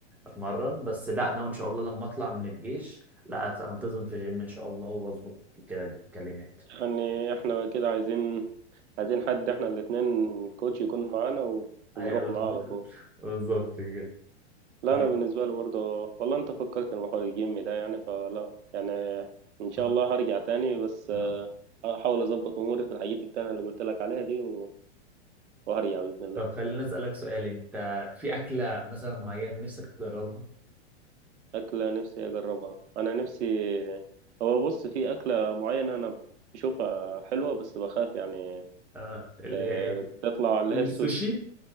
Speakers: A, in the centre; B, on the right.
A: اتمرن بس لا انا ان شاء الله لما اطلع من الجيش لا انتظم في جيم ان شاء الله واظبط كده الكلمات
B: يعني احنا كده عايزين عايزين حد احنا الاتنين كوتش يكون معانا و- ونروح
A: ايوه
B: معاه
A: بالظبط
B: على طول
A: <laughs> بالظبط كده
B: لا
A: اه
B: انا بالنسبة لي برضه والله انت فكرت في حوار الجيم ده يعني فلا يعني ان شاء
A: آه، إن
B: الله هرجع تاني بس آه،
A: شاء الله.
B: هحاول اظبط اموري في الحاجات التانية اللي قلت لك عليها دي و- وهرجع بإذن الله
A: طب خليني اسالك سؤال انت في اكله مثلا معينه نفسك تجربها
B: أكلة نفسي أجربها أنا نفسي هو بص في أكلة معينة أنا بشوفها حلوة بس بخاف يعني
A: آه اللي
B: آه،
A: هي ايه
B: تطلع اللي
A: قول
B: هي
A: لي
B: السوشي
A: السوشي